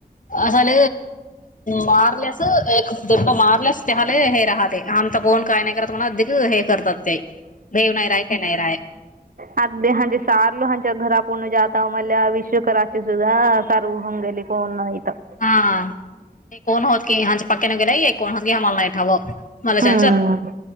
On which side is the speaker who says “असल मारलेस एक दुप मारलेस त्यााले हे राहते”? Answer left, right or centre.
Left